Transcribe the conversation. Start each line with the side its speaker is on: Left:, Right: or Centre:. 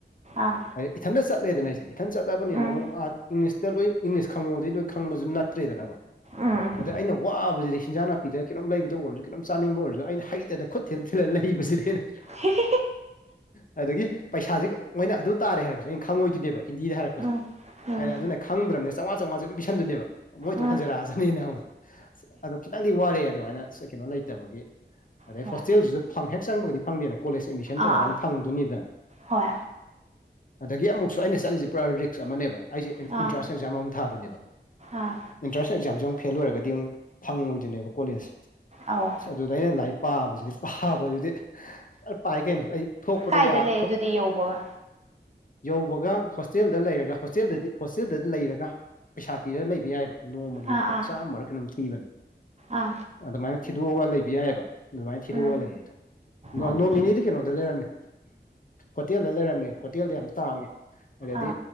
Right: ꯑꯥ
Left: ꯍꯥꯏꯗꯤ ꯏꯊꯟꯇ ꯆꯠꯂꯦꯗꯅ ꯑꯩꯁꯦ ꯏꯊꯟ ꯆꯠꯂꯕꯅꯤꯅ
Right: ꯎꯝ
Left: ꯑꯃꯨꯛ ꯑꯥ ꯏꯪꯂꯤꯁꯇ ꯂꯣꯏ ꯏꯪꯂꯤꯁ ꯈꯪꯉꯨꯗꯤ ꯂꯣꯏ ꯈꯪꯕꯁꯨ ꯅꯠꯇ꯭ꯔꯦꯗꯅꯀꯣ
Right: ꯎꯝ ꯎꯝ
Left: ꯑꯗ ꯑꯩꯅ ꯋꯥꯕꯁꯤꯗꯤ ꯍꯦꯟꯖꯥꯡ ꯅꯥꯄꯤꯗ ꯀꯩꯅꯣꯝ ꯂꯩꯕꯗ ꯑꯣꯏꯔꯁꯨ ꯀꯩꯅꯣꯝ ꯆꯥꯅꯤꯡꯕ ꯑꯣꯏꯔꯁꯨ ꯑꯩꯅ ꯍꯩꯇꯗ ꯈꯨꯠ ꯊꯥꯥꯤꯜ ꯊꯤꯜꯂ ꯂꯩ ꯊꯤꯕꯁꯤ ꯑꯩꯅ
Right: ꯍꯤꯍꯤ
Left: ꯑꯗꯨꯗꯒꯤ ꯄꯩꯁꯥꯁꯦ ꯃꯣꯏꯅ ꯑꯗꯨ ꯇꯥꯔꯦ ꯍꯥꯏꯔꯛꯄꯁꯦ ꯑꯩꯅ ꯈꯪꯉꯣꯏꯗꯣꯏꯅꯦꯕ ꯍꯤꯟꯗꯤꯗ ꯍꯥꯏꯔꯛꯄꯁꯦ
Right: ꯎꯝ ꯎꯝ
Left: ꯑꯩꯅ ꯑꯗꯨꯅ ꯈꯪꯗ꯭ꯔꯕꯅꯤ ꯆꯥꯝꯉꯥ ꯆꯝꯉꯥꯥꯁꯦ ꯑꯗꯨꯝ ꯄꯤꯁꯟꯗꯨꯏꯅꯦꯕ ꯃꯣꯏ ꯊꯣꯛꯛ
Right: ꯎꯝ
Left: ꯍꯟꯖꯔꯛꯑꯖꯅꯤꯅ ꯈꯪꯕ꯭ꯔ ꯑꯗꯣ ꯈꯤꯇꯪꯗꯤ ꯋꯥꯔꯦ ꯑꯗꯨꯃꯥꯏꯅ ꯀꯩꯅꯣ ꯂꯩꯇꯕꯒꯤ ꯑꯗꯩ
Right: ꯍꯣꯏ
Left: ꯍꯣꯁꯇꯦꯜꯁꯤꯁꯨ ꯐꯪ ꯍꯦꯛ ꯆꯪꯕꯒꯗꯤ ꯐꯪꯗꯦꯗꯅ ꯀꯣꯂꯦꯖ ꯑꯦꯗꯃꯤꯁꯟ ꯇꯧꯔꯀꯥꯟꯗ
Right: ꯑꯥ ꯑꯥ
Left: ꯐꯪꯗꯣꯏꯅꯤꯗꯅ
Right: ꯍꯣꯏ
Left: ꯑꯗꯒꯤ ꯑꯃꯨꯛꯁꯨ ꯑꯩꯅ ꯆꯠꯂꯤꯁꯦ ꯄꯨꯔꯥ ꯔꯤꯛꯁ ꯑꯃꯅꯦꯕ ꯑꯩꯁꯦ
Right: ꯑꯥ
Left: ꯑꯦꯟꯇ꯭ꯔꯥꯟꯁ ꯑꯦꯛꯖꯥꯝ ꯑꯃ ꯊꯥꯗꯣꯏꯅꯦꯕ
Right: ꯑꯥ
Left: ꯑꯦꯟꯇ꯭ꯔꯥꯟꯁ ꯑꯦꯛꯖꯥꯝꯁꯦ ꯑꯃꯨꯛ ꯐꯦꯜ ꯑꯣꯏꯔꯒꯗꯤ ꯑꯃꯨꯛ ꯐꯪꯉꯣꯏꯗꯣꯏꯅꯦꯕ ꯀꯣꯂꯦꯖꯁꯦ ꯑꯁ
Right: ꯑꯧ
Left: ꯑꯗꯨꯗ ꯑꯩꯅ ꯂꯥꯏꯔꯤꯛ ꯄꯥꯕꯁꯤꯗꯤ ꯄꯥꯕꯗꯨꯗꯤ ꯑꯩ ꯄꯥꯏ ꯀꯩꯅꯣ ꯑꯩ ꯊꯣꯛꯄꯗꯣ
Right: ꯀꯥꯏꯗ
Left: ꯌꯥ
Right: ꯂꯩ
Left: ꯊꯣꯛ
Right: ꯑꯗꯨꯗꯤ ꯌꯧꯕꯒ
Left: ꯌꯧꯕꯒ ꯍꯣꯁꯇꯦꯜꯗ ꯂꯩꯔꯒ ꯍꯣꯁꯇꯦꯜꯗꯗꯤ ꯍꯣꯁꯇꯦꯜꯗꯗꯤ ꯂꯩꯔꯒ ꯄꯩꯁꯥ ꯄꯤꯔꯒ ꯂꯩꯕ ꯌꯥꯏꯑꯦꯕ ꯅꯣꯡꯃꯒꯤ
Right: ꯑꯥ
Left: ꯂꯨꯄꯥ
Right: ꯑꯥ
Left: ꯆꯥꯝꯃꯔ ꯀꯩꯅꯣꯝ ꯊꯤꯕꯅꯦ
Right: ꯑꯥ
Left: ꯑꯗꯨꯃꯥꯏꯅ ꯊꯤꯗꯣꯛꯑꯒ ꯂꯩ ꯕ ꯌꯥꯏꯑꯦꯕ ꯑꯗꯨꯃꯥꯏꯅ ꯊꯤꯗꯣꯛꯑꯒ
Right: ꯎꯝ
Left: ꯂꯩꯌꯦ ꯑꯩꯗꯣ ꯅꯣꯡ
Right: ꯑꯣꯀꯦ
Left: ꯅꯤꯅꯤꯗꯤ ꯀꯩꯅꯣꯗ ꯂꯩꯔꯝꯃꯦ ꯍꯣꯇꯦꯜꯗ ꯂꯩꯔꯝꯃꯦ ꯍꯣꯇꯦꯜꯗꯤ ꯌꯥꯝ ꯇꯥꯡꯉꯦ ꯑꯗꯩꯗꯤ
Right: ꯑꯥ